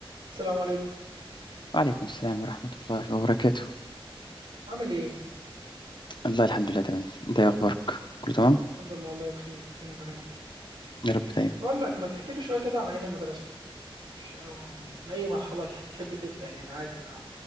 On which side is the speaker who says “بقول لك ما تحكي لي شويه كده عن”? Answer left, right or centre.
Right